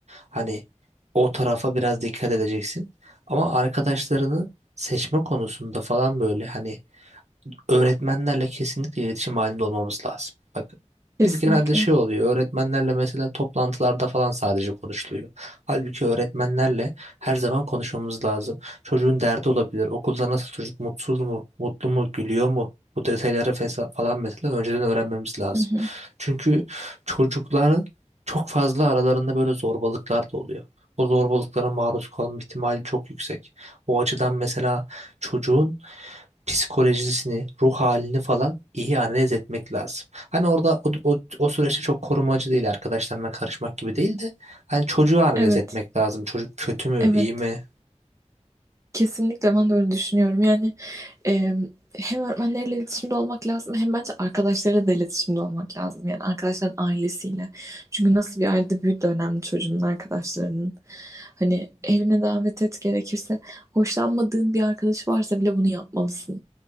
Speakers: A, on the right; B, on the right.
A: Hani o tarafa biraz dikkat edeceksin. Ama arkadaşlarını seçme konusunda falan böyle hani öğretmenlerle kesinlikle iletişim halinde olmamız lazım. Bak
B: kesinlikle.
A: biz genelde şey oluyor öğretmenlerle mesela toplantılarda falan sadece konuşuluyor. Halbuki öğretmenlerle her zaman konuşmamız lazım. Çocuğun derdi olabilir. Okulda nasıl çocuk mutsuz mu, mutlu mu, gülüyor mu? Bu detayları fesa- falan mesela önceden öğrenmemiz lazım.
B: Hı hı.
A: Çünkü çocukların çok fazla aralarında böyle zorbalıklar da oluyor. O zorbalıklara maruz kalma ihtimali çok yüksek. O açıdan mesela çocuğun psikolojisini, ruh halini falan iyi analiz etmek lazım. Hani orada o, o, o süreçte çok korumacı değil arkadaşlarına karışmak gibi değil de hani çocuğu analiz
B: Evet,
A: etmek lazım. Çocuk kötü mü,
B: evet.
A: iyi mi?
B: Kesinlikle ben de öyle düşünüyorum. Yani Ee, hem öğretmenlerle iletişimde olmak lazım hem bence arkadaşlarıyla da iletişimde olmak lazım. Yani arkadaşların ailesiyle. Çünkü nasıl bir ailede büyüdü önemli çocuğunun arkadaşlarının. Hani evine davet et gerekirse hoşlanmadığın bir arkadaşı varsa bile bunu yapmalısın.